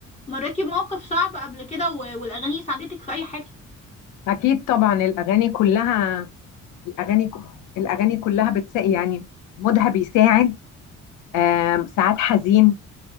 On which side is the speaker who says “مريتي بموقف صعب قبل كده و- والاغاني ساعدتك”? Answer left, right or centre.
Left